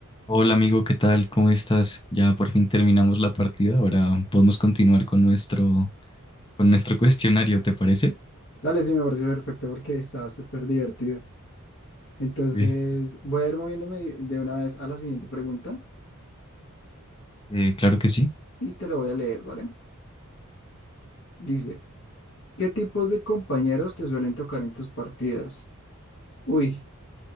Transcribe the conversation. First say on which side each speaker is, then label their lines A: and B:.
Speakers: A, on the left (about 20°); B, on the left (about 65°).
A: Hola amigo, ¿qué tal? ¿Cómo estás? Ya por fin terminamos la partida. Ahora podemos continuar con nuestro, con nuestro cuestionario, ¿te parece?
B: Dale, sí, me pareció perfecto porque estaba súper divertido. Entonces,
A: Sí.
B: voy a ir moviéndome de una vez a la siguiente pregunta
A: Eh, claro que sí.
B: y te la voy a leer, ¿vale? Dice, ¿qué tipos de compañeros te suelen tocar en tus partidas? Uy,